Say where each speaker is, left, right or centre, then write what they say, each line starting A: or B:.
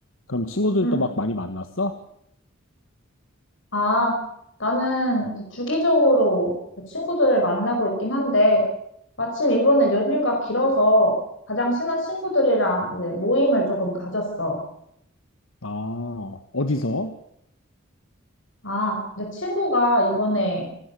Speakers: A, on the left; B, on the left.
A: 그럼 친구들도
B: 응.
A: 막 많이 만났어?
B: 아, 나는 이제 주기적으로 친구들을 만나고 있긴 한데 마침 이번에 연휴가 길어서 가장 친한 친구들이랑 이제 모임을 조금 가졌어.
A: 아, 어디서?
B: 아, 내 친구가 이번에